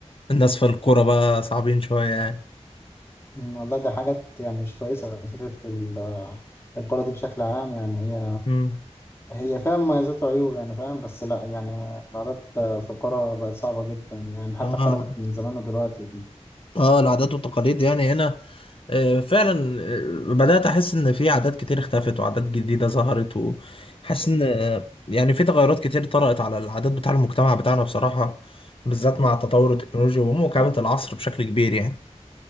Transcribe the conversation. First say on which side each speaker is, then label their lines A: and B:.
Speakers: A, on the left; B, on the left.
A: الناس في الكوره بقى صعبين شويه يعني
B: أمم، والله دي حاجات يعني مش كويسة فكرة ال- آه، القرى دي بشكل عام يعني هي
A: أمم.
B: هي فيها مميزات وعيوب يعني فاهم بس لا يعني العادات في القرى بقت صعبة جدا يعني حتى
A: اه
B: اختلفت من زمان ودلوقتي
A: اه العادات والتقاليد يعني هنا آه، فعلا آه، بدأت أحس إن في عادات كتير اختفت وعادات جديدة ظهرت وحاسس إن آه، يعني في تغيرات كتير طرأت على العادات بتاع المجتمع بتاعنا بصراحة بالذات مع تطور
B: أمم،
A: التكنولوجيا ومواكبة العصر بشكل كبير يعني